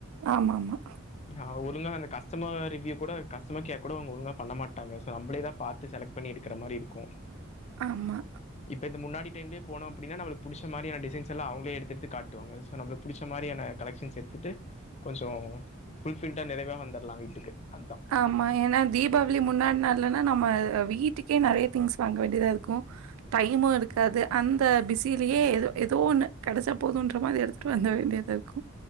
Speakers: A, on the right (about 85°); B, on the left (about 30°).
A: ஆமா ஆமா
B: ஆ ஒழுங்கா அந்த கஸ்டமர் ரிவ்வியூ கூட கஸ்டமர் கேர் கூட அவுங்க ஒழுங்கா பண்ண மாட்டாங்க சோ நம்பளேதா பாத்து செலக்ட் பண்ணி எடுக்குற மாரி இருக்கு
A: ஆமா
B: இப்ப இந்த முன்னாடி டைம்லயே போனோ அப் அப்படினா நம்மளுக்கு புடுச்ச மாரி ஆன டிசைஸ் எல்லா அவுங்களே எடுத்து எடுத்து காட்டுவாங்க சோ நம்மளுக்கு படிச்ச மாரி ஆன கலெஷன்ஸ் எடுத்துட்டு கொஞ்சோ ஃபுல்ஃபில்டா நிறைவா வந்துர்லா வீட்டுக்கு அதா
A: ஆமா ஏனா தீபாவளி முன்னாடி நாள்லன்னா நம்ம வீட்டுக்கே நெறைய திங்ஸ் வாங்க வேண்டியதா இருக்கு டைமு இருக்காது அந்த பிஸிலயே எதோ ஏதோ ஒன்னு கெடச்சா போதுன்ற மாதிரி எடுத் ட்டு வந்த வேண்டியதா இருக்கு